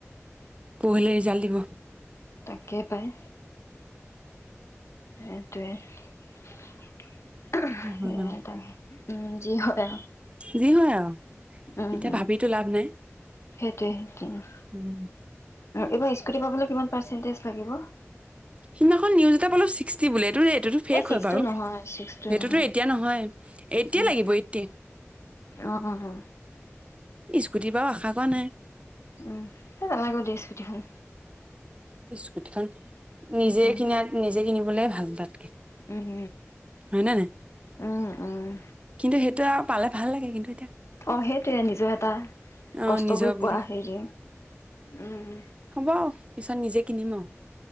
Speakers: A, on the right (about 25°); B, on the left (about 70°).
A: পহিলে ৰিজাল দিব থ <inaudible>
B: তাকেই পায় এইটো <unintelligible> <unintelligible>
A: কি হয়
B: সেইটাকে
A: আৰু
B: উম যি হয়
A: যি হয় আৰু
B: উম,
A: এতিয়া
B: উম,
A: ভাবিটো লাভ নাই
B: সেইটোৱে কিনো
A: উম
B: এইবাৰ ইস্কুটি পাবলৈ কিমান পাছেনটিচ লাগিব
A: সিদিনাখন নিউজ এটা পালো চিকটি বোলে এইটো যে এইটোতো ফেক
B: এই ছিক্সটো
A: হয় বাৰু
B: নহয় ছিক্সটো
A: সেইটোতো
B: নহয়
A: এতিয়া নহয় এটি
B: উম
A: লাগিব এটি
B: অ অ অ
A: স্কুটিৰ বাও আশা কৰা নাই
B: উম <unintelligible> স্কুটিখন
A: ইতি খান নিজে
B: উম
A: কিন নিজে কিনিম কোনে ভাল তাতকে
B: উম,
A: হয় নে নাই
B: উম, উম, উম
A: কিন্তু সেইটো আৰু পালে ভাল লাগে কিন্তু এতিয়া
B: অ সেইটোয়ে নিজৰ এটা
A: অহ
B: কষ্ট
A: নিজৰ
B: কৰি পোৱা
A: বুলি।
B: হেৰি উম
A: হব আৰু পিছত নিজে কিনিম আৰু।